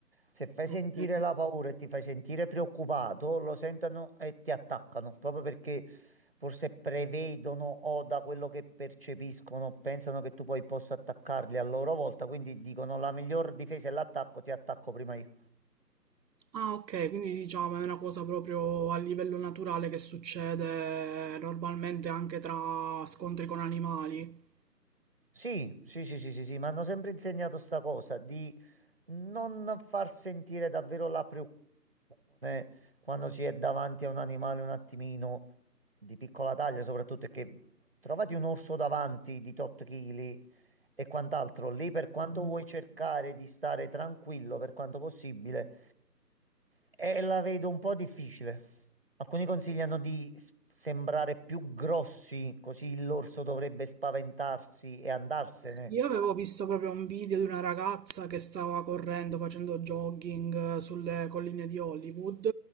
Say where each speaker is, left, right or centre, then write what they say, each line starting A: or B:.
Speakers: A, on the right (about 35°); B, on the right (about 85°).
A: Se fai sentire
B: ok.
A: la paura e ti fai sentire preoccupato, lo sentono e ti attaccano, proprio perché forse prevedono o da quello che percepiscono pensano che tu poi possa attaccarli a loro volta, quindi dicono la miglior difesa è l'attacco, ti attacco prima io.
B: Ah, ok, quindi diciamo è una cosa proprio a livello naturale che succede normalmente anche tra scontri con animali.
A: Sì, sì, sì, sì, sì, sì, mi hanno sempre insegnato sta cosa non far sentire davvero la preoccupazione quando si è davanti a un animale un attimino di piccola taglia, soprattutto è che trovati un orso davanti di tot chili e quant'altro, lì per quanto vuoi cercare di stare tranquillo per quanto possibile, e la vedo un po' difficile. Alcuni consigliano di s- sembrare più grossi, così l'orso dovrebbe spaventarsi e andarsene.
B: Io avevo visto proprio un video di una ragazza che stava correndo, facendo jogging eh, sulle colline di Hollywood